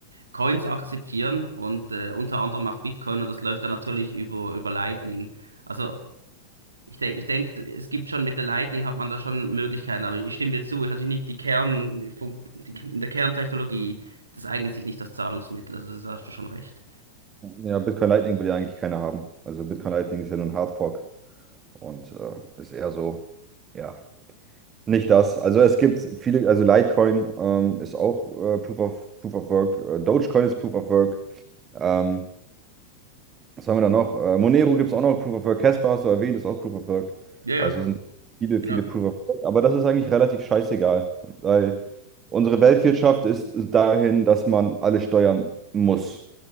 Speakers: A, on the right; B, on the right.
A: Coins akzeptieren und äh, unter anderem auch Bitcoin und das läuft dann natürlich über, über Lightning. Also ich denke, ich denk, es gibt schon mit der Lightning hat man da schon Möglichkeiten, aber ich stimme dir zu, ist natürlich nicht die Kern, die, in der Kerntechnologie, das eignet sich nicht als Zahlungsmittel, also das hast du schon recht.
B: Ja, Bitcoin Lightning will ja eigentlich keiner haben. Also Bitcoin Lightning ist ja nur ein Hardfork Und äh, ist eher so, ja, nicht das. Also es gibt viele, also Litecoin ähm, ist auch äh, Proof of, Proof of Work, äh, Dogecoin ist Proof of Work. Ähm, was haben wir da noch? Äh, Monero gibt es auch noch Proof of Work. Casper hast du erwähnt, ist auch Proof of Work.
A: Ja, ja.
B: Also sind viele,
A: Genau.
B: viele Proof of Work. Aber das ist eigentlich relativ scheißegal, weil unsere Weltwirtschaft ist dahin, dass man alle steuern muss.